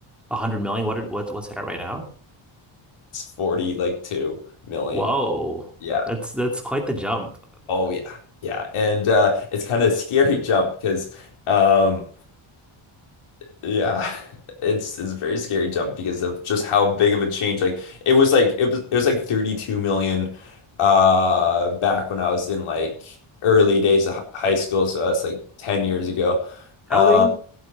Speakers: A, in the centre; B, on the left (about 80°).
A: 100 million? What, are- what what's it at right now?
B: It's 40 like 2 million.
A: Whoa.
B: Yeah.
A: That's that's quite the jump.
B: Oh yeah. Yeah. And uh, it's kind of a scary <laughs> jump because um, Yeah, <laughs> it's it's a very scary jump because of just how big of a change. Like it was like it was it was like 32 million uh back when I was in like early days of hi- high school, so that's like 10 years ago.
A: How
B: Uh,
A: old are you?